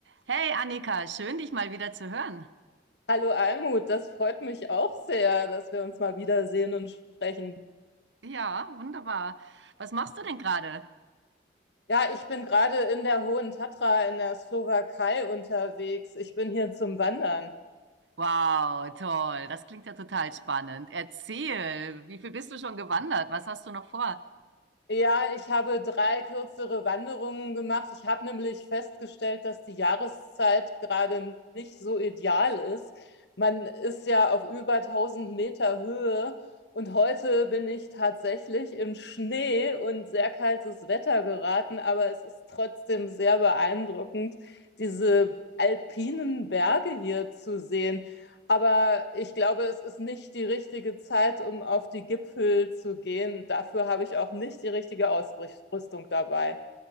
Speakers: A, on the right (about 80°); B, on the left (about 70°).
A: Hey Annika, schön dich mal wieder zu hören.
B: Hallo Almut, das freut mich auch sehr, dass wir uns mal wiedersehen und sprechen.
A: Ja, wunderbar. Was machst du denn gerade?
B: Ja, ich bin gerade in der Hohen Tatra in der Slowakei unterwegs. Ich bin hier zum Wandern.
A: Wow, toll. Das klingt ja total spannend. Erzähl, wie viel bist du schon gewandert? Was hast du noch vor?
B: Ja, ich habe drei kürzere Wanderungen gemacht. Ich habe nämlich festgestellt, dass die Jahreszeit gerade nicht so ideal ist. Man ist ja auf über 1000 Meter Höhe und heute bin ich tatsächlich in Schnee und sehr kaltes Wetter geraten, aber es ist trotzdem sehr beeindruckend, diese alpinen Berge hier zu sehen. Aber ich glaube, es ist nicht die richtige Zeit, um auf die Gipfel zu gehen. Dafür habe ich auch nicht die richtige Ausrüstung dabei.